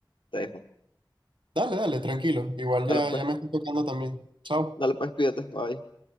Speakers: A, on the left (about 85°); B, on the right (about 85°).
A: te dejo.
B: Dale, dale, tranquilo. Igual
A: Dale
B: ya,
A: pues,
B: ya me estoy tocando también. Chao.
A: dale pues, cuídate, bye.